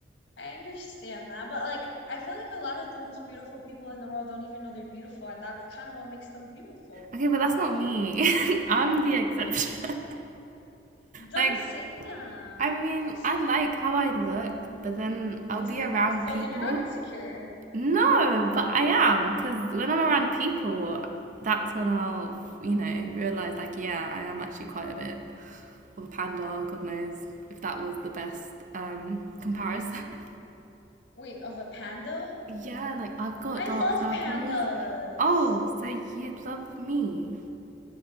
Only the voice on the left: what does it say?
I understand that, but like I feel like a lot of the most beautiful people in the world don't even know they're beautiful, and that's kind of what makes them beautiful.
Don't
you think so?
Don't
say that.
Don't say
that.
Ex-
So
then you're not insecure.
Wait, of a panda?
I
love
pandas.